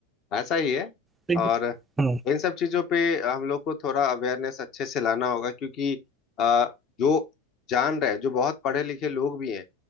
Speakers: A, on the left; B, on the right.
A: ऐसा ही है
B: ठीक
A: और
B: है हम्म।
A: इन सब चीजों पे हम लोग को थोड़ा अवेयरनेस अच्छे से लाना होगा क्योंकि अ, जो जान रहे जो बहुत पढ़े लिखे लोग भी हैं